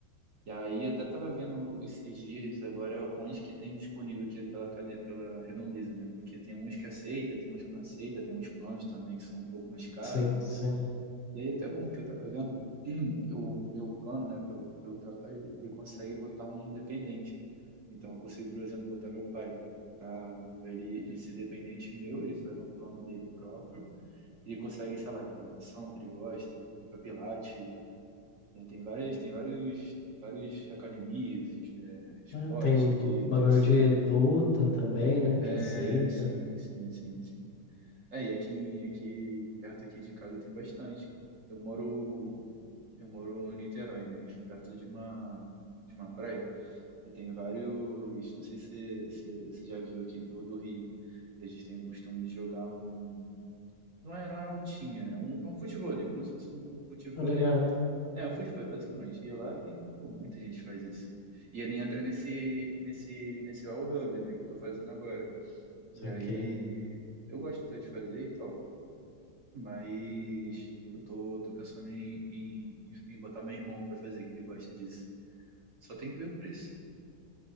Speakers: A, on the right (about 55°); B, on the left (about 45°).
A: E aí até tava vendo esses dias agora onde que tem disponível aqui pela, cade- pela Redondeza, né? Porque tem uns que aceita, tem uns que não aceita, tem uns planos também que são um pouco mais caros.
B: Sim, sim.
A: E aí é até bom que eu tava vendo, <clears throat> o meu plano, né, pelo, pelo trabalho, ele ele consegue botar um dependente. Então eu consigo, por exemplo, botar meu pai para ele ir ser dependente meu, ele faz um plano dele próprio, ele consegue, sei lá, ir para natação, que ele gosta, ir para pilates, né, tem várias, tem vários, vários academias, es- é, esporte
B: né? Tem lu-
A: que,
B: bagulho
A: que aceita.
B: de luta também, né?
A: É,
B: Que aceita.
A: sim, sim, sim, sim. É, e aqui, aqui, perto aqui de casa tem bastante, cara. Eu moro, eu moro em Niterói, né? E é perto de uma, de uma praia. E tem vários, não sei se você se, se você já viu aqui do, do Rio. A gente tem o costume de jogar um, não é, não é altinha, é um, é um futevôlei, como se fosse um futevôlei.
B: Tá ligado?
A: É, um futevôlei, basicamente. E lá tem, pô, muita gente faz isso. E ele entra nesse, nesse, nesse Well Hub, né, que eu tô fazendo agora.
B: Isso
A: E
B: aqui
A: aí, eu gosto até de fazer e tal. Mas eu tô, tô pensando em, em, em botar meu irmão pra fazer, que ele gosta disso. Só tem que ver o preço. <laughs>